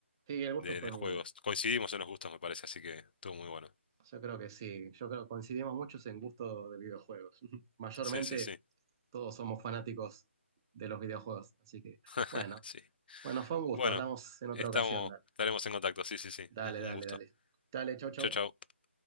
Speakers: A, on the right; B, on the left.
A: sí, el gusto
B: de,
A: fue
B: de juegos.
A: mío.
B: Coincidimos en los gustos, me parece, así que estuvo muy bueno.
A: Yo creo que sí, yo creo que coincidimos muchos en gusto de videojuegos. <laughs> Mayormente
B: Sí, sí, sí.
A: todos somos fanáticos de los videojuegos, así que
B: <laughs>
A: bueno,
B: Sí.
A: bueno, fue un gusto,
B: Bueno,
A: hablamos en otra
B: estamos,
A: ocasión, dale.
B: estaremos en contacto. Sí, sí, sí.
A: Dale,
B: Un, un
A: dale,
B: gusto.
A: dale. Dale, chau, chau.
B: Chau, chau.